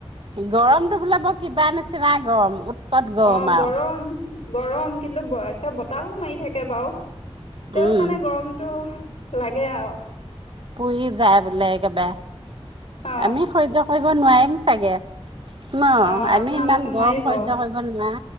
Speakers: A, on the right (about 55°); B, on the left (about 75°).
A: গৰমটো বোলা বৰ কিবা নিচিনা গৰম। উৎকট
B: অ', গৰম,
A: আৰু।
B: গৰম কিন্তু একে বতাহো মাৰি থাকে বাৰু। তেও
A: উম,
B: মানে গৰমতটো লাগে আৰু।
A: পুহি যায় বোলে একবাৰে
B: অ
A: আমি সহ্য <unintelligible> নোৱাৰিম চাগে ন
B: অ
A: আমি
B: আপোনালোকে
A: ইমান
B: নোৱাৰিব
A: গৰম সহ্্য কৰিব নোৱাৰা